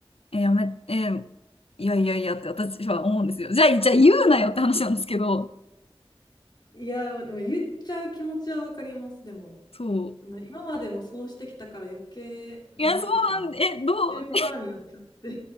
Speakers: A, on the left; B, on the left.
A: え、やめ、え、いやいやいやって私は思うんですよ。じゃあ、じゃあ言うなよって話なんですけど、
B: いや、でも言っちゃう気持ちはわかります、でも。
A: そう。
B: まあ今までもそうしてきたから余計、なんていうかもう
A: いや、そうなんで、え、どう、
B: そういうパターンになっちゃって